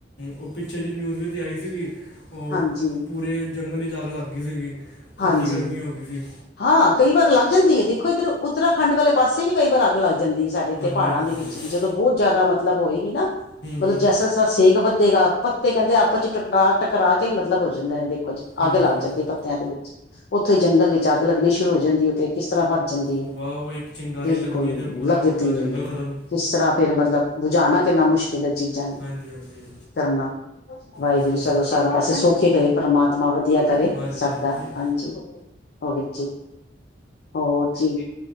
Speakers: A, on the left; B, on the left.
A: ਓ ਪਿੱਛੇ ਜੇ ਨਿਊਜ਼ ਵਿੱਚ ਤਾਂ ਆਈ ਸੀਗੀ। ਓ
B: ਹਾਂਜੀ
A: ਪੂਰੇ ਜੰਗਲਵਿੱਚ ਅੱਗ ਲੱਗ ਗਈ ਸੀਗੀ,
B: ਹਾਂਜੀ
A: ਏਨੀ ਗਰਮੀ ਹੋ ਗਈ ਸੀ।
B: ਹਾਂ, ਕਈ ਵਾਰ ਲੱਗ ਜਾਂਦੀ ਐ, ਦੇਖੋ ਇੱਧਰ ਉੱਤਰਾਖੰਡ ਵਾਲੇ ਪਾਸੇ ਵੀ ਕਈ ਵਾਰ ਅੱਗ ਲੱਗ ਜਾਂਦੀ ਐ ਸਾਡੇ
A: ਹਾਂਜੀ
B: ਤੇ ਪਹਾੜਾਂ
A: ਹਾਂਜੀ
B: ਦੇ ਵਿੱਚ
A: ਹੂੰ
B: ਵੀ, ਜਦੋਂ ਬੌਤ ਜਾਦਾ ਮਤਲਬ ਹੋਏਗੀ ਨਾ, ਮਤਲਬ
A: ਹੂੰ
B: ਜਸਰਸ ਸੇਕ ਵਧੇਗਾ, ਪੱਤੇ, ਕੈਂਦੇ ਅਪ 'ਚ ਟਕਰਾ -ਟਕਰਾ ਕੇ ਈ ਮਤਲਬ ਹੋ ਜਾਂਦੇ ਨੇ, ਦੇਖ
A: ਹੂੰ
B: ਅੱਗ ਲੱਗ
A: ਹੂੰ
B: ਜਾਂਦੀ ਪੱਤੇਆਂ ਦੇ ਵਿੱਚ, ਉੱਥੇ ਜੰਗਲ ਵਿੱਚ ਅੱਗ ਲੱਗਣੀ ਸ਼ੁਰੂ ਹੋ ਜਾਂਦੀ ਉੱਥੇ ਕਿਸ ਤਰ੍ਹਾਂ ਭੱਜ ਜਾਂਦੇ
A: ਉਹ
B: ਆ,
A: ਬਾ ਉਹ ਇੱਕ ਚਿੰਗਾਰੀ
B: ਬਿਲਕੁਲ,
A: ਲੱਗਦੀ ਤੇ ਪੂਰਾ
B: ਲੱਗਦੀ
A: ਪੂਰਾ ਜੰਗਲ
B: ਏ
A: ਖਤਮ
B: ਕਿਸ ਤਰ੍ਹਾਂ ਫੇਰ ਮਤਲਬ ਬੁਝਾਉਣਾ ਕਿੰਨਾ ਮੁਸ਼ਕਿਲ ਐ, ਚੀਜਾਂ ਨੂੰ,
A: ਹਾਂਜੀ ਹਾਂਜੀ
B: ਕਰਨਾ। ਵਾਏਗੁਰੂ
A: ਹੂੰ
B: ਚਲੋ, ਸਾਰੇ ਪਾਸੇ ਸੁੱਖੇ ਈ ਦੇਵੇ, ਪ੍ਰਮਾਤਮਾ ਵਧੀਆ ਕਰੇ।
A: ਹਾਂਜੀ
B: ਸਬ
A: ਹਾਂਜੀ
B: ਦਾ <unintelligible> ਹੋਰ ਜੀ, ਹੋਰ ਜੀ,